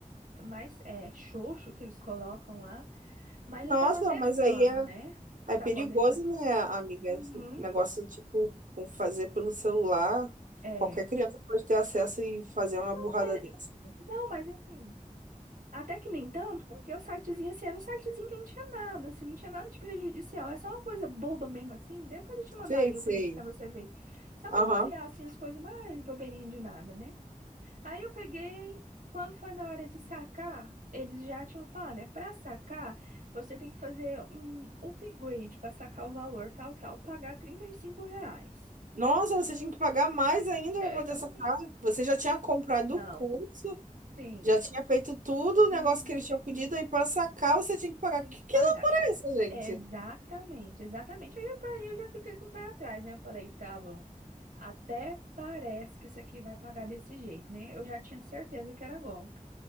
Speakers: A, on the right; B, on the right.
A: mais é, xoxo que eles colocam lá, mas
B: Nossa,
A: eu tava testando,
B: mas aí é.
A: né?
B: É
A: Pra
B: perigoso,
A: poder saber.
B: né, amiga?
A: Uhum,
B: Esse negócio, tipo, com fazer pelo celular.
A: é.
B: Qualquer criança pode ter acesso e fazer uma burrada
A: Mas,
B: dessa.
A: não, mas assim, até que nem tanto, porque o sitezinho, assim, era um sitezinho que não tinha nada, assim, não tinha nada de prejudicial. É só uma coisa boba mesmo, assim. Depois eu te mandar
B: Sei,
A: aí
B: sei.
A: o print pra você ver. Só pra
B: Aham.
A: avaliar, assim, as coisas mais bobeirinhas de nada, né? Aí eu peguei, quando foi na hora de sacar, eles já tinham falado, né? Para sacar, você tem que fazer um upgrade para sacar o valor tal, tal, pagar 35 reais.
B: Nossa, você tinha que pagar mais ainda
A: É,
B: pra poder
A: uhum,
B: sacar. Você já tinha comprado
A: não,
B: o curso,
A: sim,
B: já tinha feito tudo o
A: uhum,
B: negócio que eles tinham pedido, aí para sacar você tinha que pagar.
A: tinha
B: Que,
A: que pagar.
B: que loucura é essa, gente?
A: Exatamente, exatamente. Aí eu, parei, eu já fiquei com o pé atrás, né? Eu falei, tá bom, até parece que isso aqui vai pagar desse jeito, né? Eu já tinha certeza que era golpe.